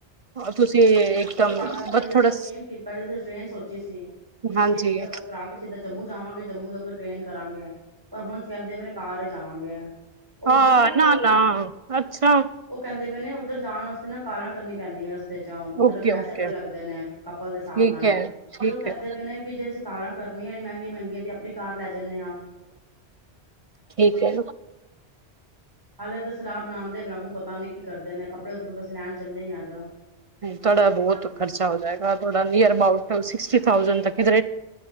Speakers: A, on the right; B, on the right.
A: ਤੁਸੀਂ ਇੱਕਦਮ
B: ਅਸੀਂ ਤਾਂਮ ਪਹਿਲੇ
A: ਬਸ
B: ਤਾਂ
A: ਥੋੜਾ
B: ਅਸੀਂ ਟ੍ਰੇਨ ਪਹਿਲੇ ਤਾਂ ਅਸੀਂ ਟ੍ਰੇਨ ਸੋਚੀ ਸੀ ਕਿ ਏਸੀ
A: ਹਾਂਜੀ
B: ਟਿਕਟਾਂ ਬੁੱਕ ਕਰਾ ਕੇ ਸਿੱਧਾ ਜੰਮੂ ਜਾਵਾਂਗੇ ਜੰਮੂ ਤੋਂ ਟ੍ਰੇਨ ਕਰਾਂਗੇ ਪਰ ਹੁਣ ਕਹਿੰਦੇ ਵੀਰੇ ਘ ਜਾਵਾਂਗੇ ਉੱਧਰ
A: ਹਾਂ ਨਾ
B: ਉਹ ਕਹਿੰਦਾ
A: ਨਾ ਅੱਛਾ
B: ਉਹ ਕਹਿੰਦੇ ਪਏ ਨੇ ਉੱਧਰ ਜਾਣ ਵਾਸਤੇ ਨਾ ਕਾਰਾਂ ਕਰਨੀਆਂ ਪੈਂਦੀਆਂ ਰਸਤੇ ਚ ਮਤਲਬ
A: ਓਕੇ
B: ਪੈਸੇ
A: ਓਕੇ
B: ਬੜੇ ਲੱਗਦੇ ਨੇ ਕਪਲ ਦੇ ਹਿਸਾਬ
A: ਠੀਕ
B: ਨਾਲ
A: ਹੈ
B: ਫੇਰ
A: ਠੀਕ
B: ਉਹ ਕਹਿੰਦੇ
A: ਹੈ
B: ਪਏ ਨੇ ਕਿ ਜੇ ਅਸੀ ਕਾਰਾਂ ਕਰਨੀਆਂ ਨੇ ਮਹਿੰੀਆਂ ਮਹਿੰਗੀਆਂ ਤੇ ਆਪਣੀ ਕਾਰ ਲੈ ਜਾਂਦੇ ਹਾਂ
A: ਠੀਕ ਹੈ
B: ਹਾਲੇ ਤਾਂ ਸਲਾਹ ਬਣਾਉਂਦੇ ਬ ਰਾਗੂ ਪਤਾ ਨੀ ਕਰਦੇ ਨੇ ਕੱਪੜੇ ਕੁੱਪੜੇ ਬਸ ਲੈਣ ਚੱਲੇ ਹੀ ਅੱਜ।
A: ਥੋੜਾ ਬਹੁਤ ਖਰਚਾ ਹੋ ਜਾਏਗਾ ੜ ਨੀਅਰ ਅਬਾਟ ਸਿਕਸਟੀ ਥਾਸੈਂ ਤੱਕ ਨ